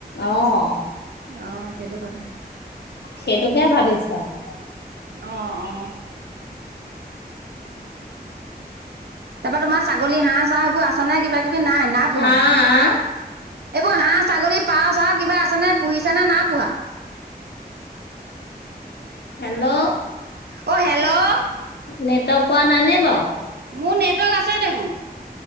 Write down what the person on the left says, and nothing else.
অ'
সেইটোকে ভাবিছোঁ আৰু।
আ আ
হেল্ল',
নেটৱৰ্ক পোৱা নাইনে বাৰু।